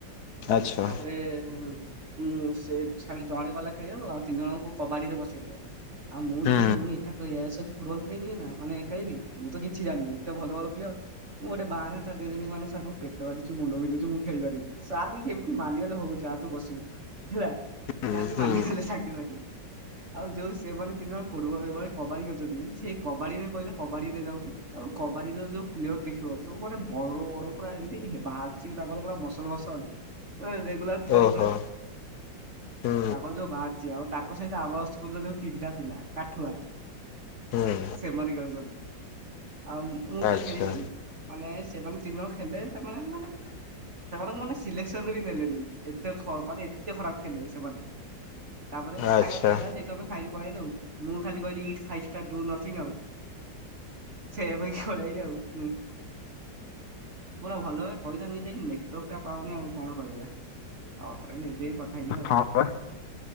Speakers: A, on the left (about 65°); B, on the right (about 40°).
A: ଆଚ୍ଛା
B: ତାପରେ ଉଁ ସେ ଖାଲି ଜଣେ ଗଲା ଖେଳିବ ଆଉ ତିନି ଜଣଙ୍କୁ କବାଡିରେ ବସେଇଦେଲେ। ଆଉ ମୁଁ
A: ହୁଁ।
B: ଦେଖୁଛି ମୁଁ ଏକା। ତ ୟ ସହିତ ଫୁଟୁବଲ୍ ଖେଳିବି ନା ମାନ ଖେିବି ମୁଁ ତ କିଛିି ଜାଣିନି ଏତେ ଭଲ ଭଲ ପ୍ଲେୟର। ମୁଁ ଗୋଟେ ବାହାରୋଥା ଦେଇ ଦେଲି ମାନେ ସାର୍ ପେଟ କାଟୁଛି ମୁଣ୍ଡ ବିନ୍ଧୁଛି ମୁଁ ଖେଳି ପାରିବିନି <unintelligible> ସାର୍ ବି କେମିତି ମାନିଗଲେ ହଉ ଯାହା ତୁ ବସିବୁ ହେଲା
A: ହୁଁ
B: ସାର୍ ବି
A: ହୁଁ
B: ମାନିଗଲେ ସାଙ୍ଗେ ସାଙ୍ଗେ। ଆଉ ଯୋଉ ସେମାନେ ତିନି ଜଣ ଫୁଟବଲେ କବାଡି ଖେଳୁଛନ୍ତି ସେଇ କବାଡିରେ କହିଲେ କବାଡି ରେ ଯାଉନୁ। ଆଉ କବାଡିର ଯୋଉ ପ୍ଲେୟର ଦେଖିବ ସବୁ ମାନେ ବଡ ବଡ ପୁରା ଏମିତି ବାହାରିଛି ତାଙ୍କର ପୁରା ମସଲ ଫସଲ। ଏ ରେଗୁଲାର ପିଲାଗୁଡା।
A: ଓହୋ ହୁଁ
B: ତାଙ୍କ ଯୋଉ ବାହାରିଛି ଆଉ ତାଙ୍କ ସହିତ ଆବ ସ୍କୁଲରେ ଯୋଉ ତିନିଟା ପିଲା କାଠୁଆ
A: ହୁଁ
B: ସେମାନେ ଖେଳୁଛନ୍ତି। ଆଉ ମୁଁ
A: ଆଚ୍ଛା
B: ତ ଖେଳିିନି। ମାନେ ସେମାନେ ତିନି ଜଣ ଖେଳିଲେ। ସେମାନେ ମାନେ ସେମାନଙ୍କୁ ମାନେ ସିଲେକ୍ସନରେ ବି ନେଲେନି। ଏତେ ଖ ମାନେ ଏତେ ଖରାପ ଖେଳିଲେ ସେମାନେ। ତାପରେଆଉ ଖାଇବା
A: ଆଚ୍ଛା
B: ଦିଆ ହେଲା। ସେଇଟୁ ଆମେ ଖାଇକି ପଳେଇଆଇନୁ ମୁଁ ଖାଲି କହିଲି ଇ <unintelligible> ନି ଆଉ। ସେଇଆ ପାଇଁ ଚଳେଇଲେ ଆଉ ହୁଁ। ପୁରା ଭଲ ହୁଏ ପଇସା ନିଦକି ନେଟକ ଟା ପାଉନି ଆଉ କଣ କରିବେ। <unintelligible> କଥା ହେଇଯିବା
A: ହଁ ବା